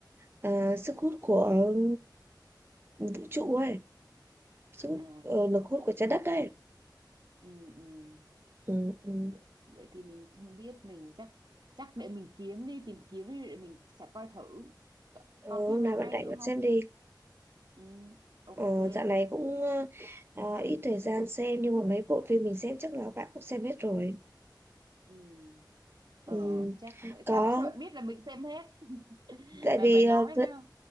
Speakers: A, on the right; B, on the right.
A: à, sức hút của ừ, vũ trụ ấy sức hút
B: À,
A: ờ, lực hút của trái đất ấy
B: ừ, ừ.
A: ừ, ừ.
B: Vậy, vậy thì mình không biết, mình chắc chắc để mình kiếm đi, tìm kiếm đi, để mình sẽ coi thử. C-
A: Ừ,
B: Còn
A: hôm
B: phim nào
A: nào bạn
B: hay
A: rảnh
B: nữa
A: bạn
B: không?
A: xem đi
B: Ừ, ok.
A: ờ, dạo này cũng ờ, à, ít thời gian xem nhưng mà mấy bộ phim mình xem chắc là bạn cũng xem hết rồi
B: Ừ. Ờ,
A: ừ.
B: chắc vậy.
A: có
B: Sao sao bạn biết là mình xem hết?
A: tại
B: <laughs> Bạn
A: vì
B: phải
A: ờ,
B: nói ra.